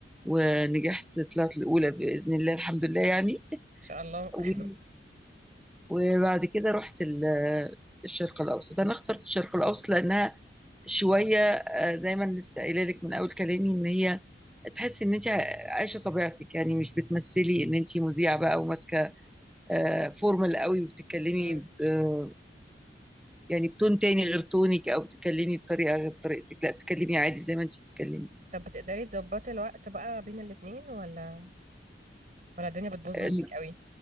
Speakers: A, in the centre; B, on the right.
A: ونجحت طلعت الأولى بإذن الله الحمد لله يعني
B: ان شاء الله <laughs>
A: و- وبعد كده رحت ال- الشرق الأوسط أنا اخترت الشرق الأوسط لأنها شويه آه، زي ما أنا لسه قايله لك من اول كلامي ان هي تحس ان انت عايشه طبيعتك يعني مش بتمثلي ان انت مذيعه بقى وماسكه آه، فورمال قوي وبتتكلمي
B: مم.
A: ب- آه، يعني بتون تاني غير تونك او بتتكلمي بطريقه غير طريقتك لا بتتكلمي عادي زي ما انت بتتكلمي
B: طب بتقدري تظبطي الوقت بقى بين الاتنين ولا ولا الدنيا بتبوظ
A: آه،
B: منك قوي